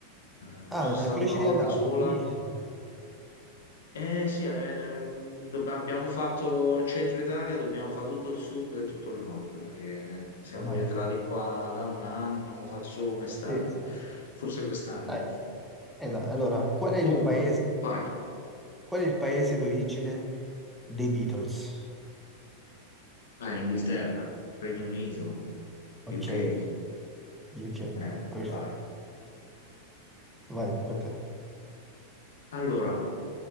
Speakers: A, on the left; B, in the centre.
A: Eh,
B: Ah,
A: sono stato
B: il Croce
A: una
B: di
A: volta
B: Andrea,
A: sola.
B: bellissimo.
A: Eh sì, eh, dobb- abbiamo fatto il centro Italia, dobbiamo fare tutto il sud e tutto il nord, perché siamo
B: Dai,
A: rientrati qua da un anno, ho fatto solo un'estate,
B: sì, sì, dai.
A: forse quest'anno.
B: Dai, eh, dai, Allora, qual è
A: Comunque,
B: il paese,
A: vai.
B: qual è il paese d'origine dei Beatles?
A: Eh, Inghilterra, Regno Unito,
B: Ok,
A: UK.
B: ok,
A: Eh,
B: perfetto.
A: vai.
B: Vai, tocca a te.
A: Allora,